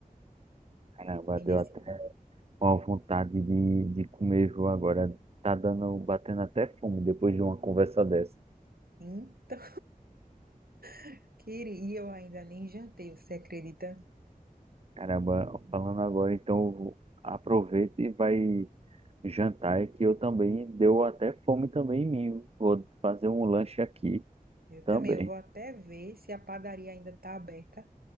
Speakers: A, on the right; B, on the right.
A: caramba,
B: Entendeu?
A: deu até uma vontade de, de comer, viu, agora. Tá dando, batendo até fome depois de uma conversa dessa.
B: Então, <laughs> queria, e eu ainda nem jantei, você acredita?
A: Caramba, falando agora, então eu vou- aproveita e vai jantar é que eu também deu até fome também em mim. Vou fazer um lanche aqui
B: Eu
A: também.
B: também, eu vou até ver se a padaria ainda está aberta,